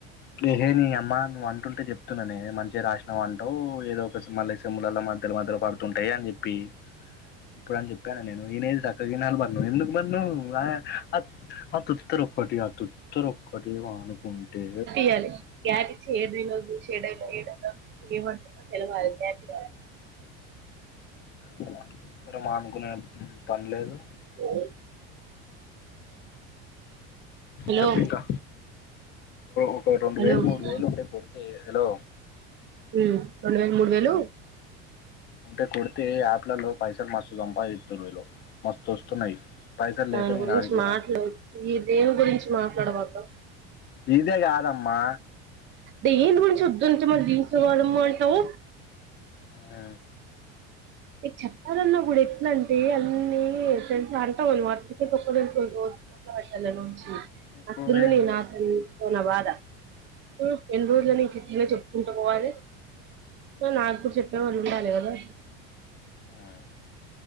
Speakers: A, on the left; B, on the right.
A: నేనే లేనీ అమ్మ నువంటుంటే చెప్తున్నానే మంచిగా రాసిన వంటవు ఏదో ఒక మళ్ళీ సెమ్లలో మధ్యలో మధ్యలో పడుతుంటాయి అని చెప్పి ఇప్పుడు అని చెప్పాన నేను ఇనేది చక్కకిినాలి మా నువ్ ఎందుకు మా ను ఆ అత్ తొత్త రొక్కటి ఆ తొత్త రోక్క ఒకటెమో ఆనుకుంటే
B: యాలి జ్ఞనిచ్చ ఏడవైలోంది ఏడైలో ఏడైలో ఏమంటుందో తెలవాలి జఞ రా
A: మ్మ్ త్తర మా అనుకునే పని లేదు
B: ఓ హలో
A: చెప్పింకా ఒక రెండు
B: హలో
A: వేలు
B: ఉమ్
A: మూడు వేలు ఉంటే సెట్ చేయ్ హలో
B: మ్మ్ రెండు వేలు మూడు వేలు
A: అంటే కొడితే ఆట్లలో పైసలు మత్స జంపాదిస్తారు వీళ్ళు మస్తు వస్తున్నాయి పైసలు
B: దాని
A: లేక నేను
B: గురించి
A: ఆగిపోయినా
B: మాట్లొద్దు ఈ దేని గురించి మాట్లాడ బాకు
A: ఇదే కాదమ్మా
B: దేనీ గురించి వద్దంటు మరి దీన్ నువ్వే అనమంటావ్
A: ఆ
B: నీక్ చెప్పాలన్నా కూడా ఎట్నంటే అన్నీ తెలుసా అంటావేమో అక ఒక్క పెట్టాలను ఒద్ చెప్పలేదు అట్లుంది
A: పోవే
B: నీ నాతతో నా బాధ మ్మ్ ఎన్ రోజులనీ నీతొ చెప్ ఎటు పోవాలి నాకుడ చెప్పేవాళ్ళు ఉండాలి కదా
A: ఆహ్